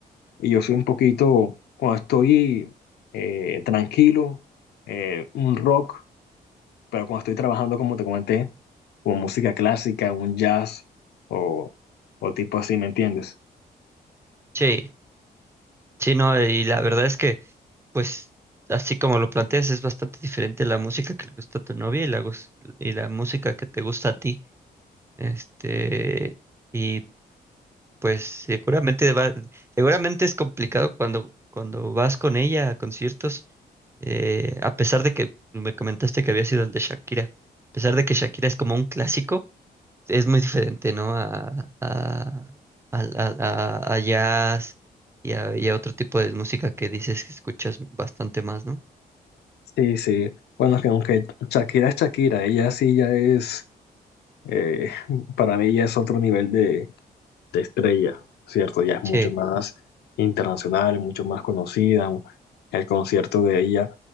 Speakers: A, on the left; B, on the right.
A: y yo soy un poquito, cuando estoy eh, tranquilo, eh, un rock, pero cuando estoy trabajando, como te comenté, como música clásica, un jazz o, o tipo así, ¿me entiendes?
B: sí, sí, no, y la verdad es que, pues, así como lo planteas, es bastante diferente la música que le gusta a tu novia y la, gus- y la música que te gusta a ti. Este, y pues seguramente va, seguramente es complicado cuando, cuando vas con ella a conciertos Eh, a pesar de que me comentaste que había sido el de Shakira, a pesar de que Shakira es como un clásico, es muy diferente, ¿no? A, a, al- al- a- a jazz y a, y a otro tipo de música que dices que escuchas bastante más, ¿no?
A: Sí, sí. Bueno, que aunque Shakira es Shakira, ella sí ya es eh, para mí ya es otro nivel de, de estrella, ¿cierto? Ya es mucho
B: Sí,
A: más internacional, mucho más conocida. El concierto de ella